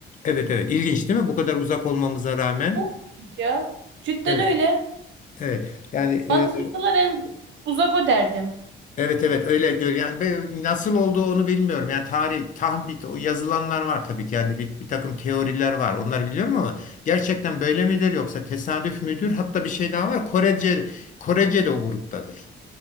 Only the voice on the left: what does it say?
Evet evet. İlginç değil mi? Bu kadar uzak olmamıza rağmen.
Evet.
Evet. Yani e,
Evet evet öyle gör yani ben nasıl olduğu onu bilmiyorum. Yani tarih tahmin o yazılanlar var tabii ki yani bir, bir takım teoriler var. Onları biliyorum ama gerçekten böyle midir yoksa tesadüf müdür? Hatta bir şey daha var. Korece Korece de o gruptadır.